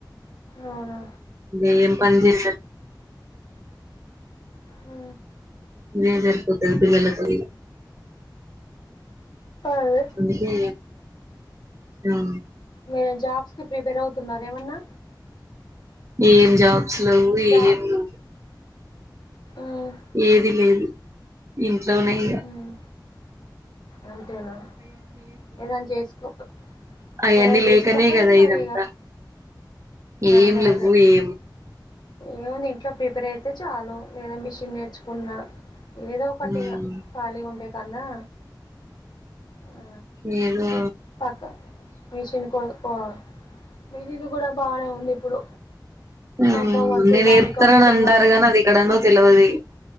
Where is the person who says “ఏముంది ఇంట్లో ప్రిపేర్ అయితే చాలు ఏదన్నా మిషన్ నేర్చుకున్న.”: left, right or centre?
Left